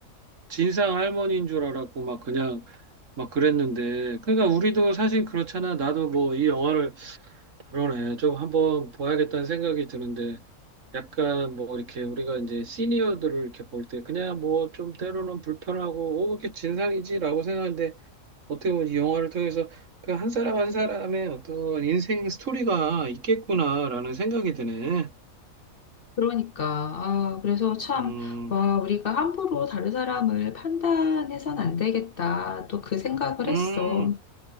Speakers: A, on the right; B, on the left.
A: 진상 할머니인 줄 알았고 막 그냥 막 그랬는데 그러니까 우리도 사실 그렇잖아 나도 뭐 이 영화를 그러네 좀 한번 봐야겠다는 생각이 드는데 약간 뭐 이렇게 우리가 이제 시니어들을 이렇게 볼 때 그냥 뭐 좀 때로는 불편하고 오 이렇게 진상이지라고 생각하는데 어떻게 보면 이 영화를 통해서 그 한 사람 한 사람의 어떤 인생 스토리가 있겠구나라는 생각이 드네
B: 그러니까, 아, 그래서 참,
A: 음
B: 와, 우리가 함부로 다른 사람을 판단해선 안 되겠다. 또 그 생각을
A: 음
B: 했어.